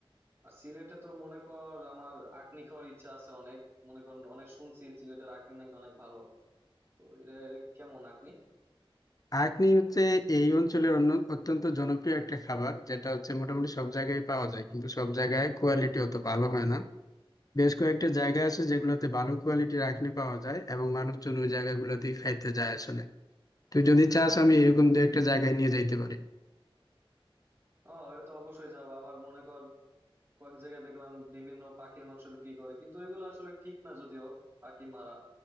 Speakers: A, on the right; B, on the left.
A: আর সিলেটে তো মনে কর আমার আঁকনি খাওয়ার ইচ্ছা আছে অনেক মনে কর অনেক শুনছি সিলেটের আঁকনি নাকি অনেক ভালো তো এটা এটা কেমন আপনি
B: আঁকনি হচ্ছে এই অঞ্চলের অন্য অত্যন্ত জনপ্রিয় একটা খাবার যেটা হচ্ছে মোটামুটি সব জায়গায় পাওয়া যায় কিন্তু সব জায়গায় কোয়ালিটি অত ভালো হয় না বেশ কয়েকটা জায়গা আছে যেগুলোতে ভালো কোয়ালিটির আঁকনি পাওয়া যায় এবং মানুষজন ওই জায়গাগুলোতেই খাইতে যায় আসলে তুই যদি চাস আমি এরকম দু একটা জায়গায় নিয়ে যাইতে পারি
A: ও এটা তো অবশ্যই যাবো আবার মনে কর কয়েক জায়গায় দেখলাম বিভিন্ন পাখির মাংস বিক্রি করে কিন্তু এগুলো আসলে ঠিক না যদিও পাখি মারা